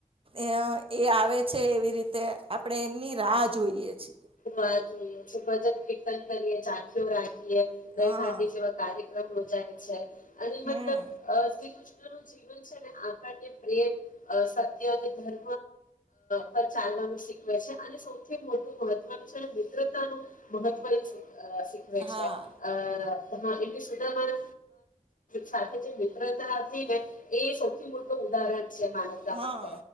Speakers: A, on the right; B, on the left.
A: અ એ આવે છે એવી રીતે આપણે એમની રાહ જોઈએ છીએ
B: રાહ જોઈએ ભજન કીર્તન કરીએ જાખીઓ રા એ દહી
A: હા
B: હાંડી જેવા કાર્ય <inaudible> જાય છે અને મતલબ
A: હમ
B: અ શ્રી કૃષ્ણ જીવન છે ને પ્રેમ સત્ય અને ધર્મ પર ચાલવાનું શીખવે છે અને સૌથી મોટું મહત્વનું છે અને મિત્રતાનું મહત્વ એ છે અ શીખવે
A: હા
B: છે હા એટલી સુદામા સાથે જે મિત્રતા હતી ને એ સૌથી મોટું ઉદાહરણ છે માનવતા
A: હા
B: માટે